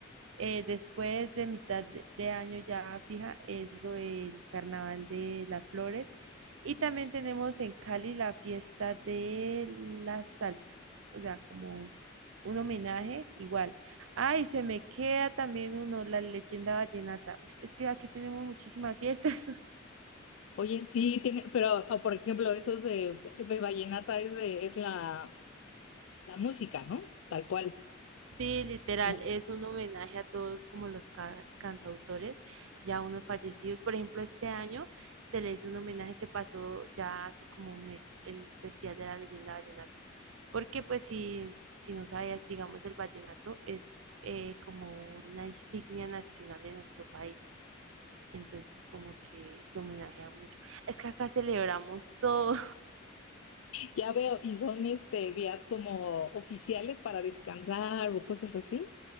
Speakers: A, on the right (about 75°); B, on the left (about 75°).
A: Eh, después de mitad de de año ya fija es lo del Carnaval de las Flores. Y también tenemos en Cali la fiesta de la salsa, o sea, como un homenaje igual. Ah, y se me queda también uno, la leyenda vallenata. Uy, es que aquí tenemos muchísimas fiestas. <laughs>
B: Oye, sí, tiene, pero o, por ejemplo, esos de, de vallenata es de, es la, la música, ¿no? Tal cual.
A: Sí, literal,
B: ¿no?
A: es un homenaje a todos como los ca- cantautores, ya unos fallecidos. Por ejemplo, este año se le hizo un homenaje, se pasó ya hace como un mes el Festival de la Leyenda Vallenata. Porque pues si, si no sabías, digamos, el vallenato es eh, como una insignia nacional de nuestro país. Entonces como que se homenajea mucho. Es que acá celebramos todo.
B: Ya veo, y son este días como oficiales para descansar o cosas así.